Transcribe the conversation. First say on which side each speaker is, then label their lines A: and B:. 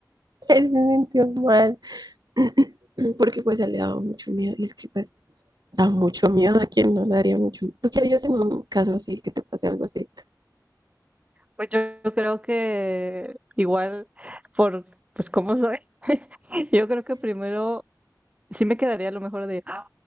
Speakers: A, on the right; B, on the right.
A: él se sintió mal. <clears throat> porque pues a él le daba mucho miedo. Y es que pues da mucho miedo a quien no le daría mucho miedo. ¿Tú qué harías en un caso así, que te pase algo así?
B: pues yo yo creo que igual por pues cómo soy, <laughs> yo creo que primero sí me quedaría a lo mejor de, "Ah",